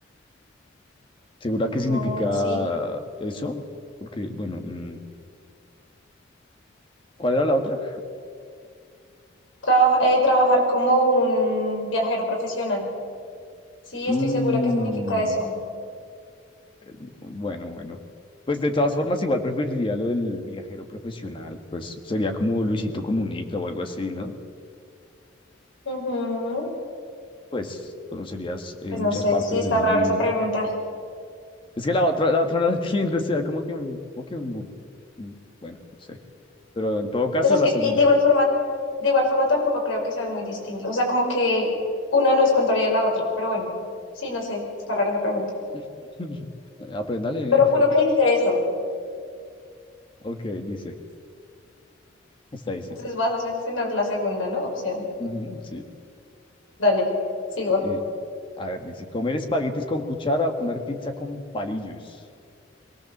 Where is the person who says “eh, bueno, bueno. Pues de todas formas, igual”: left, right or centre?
Left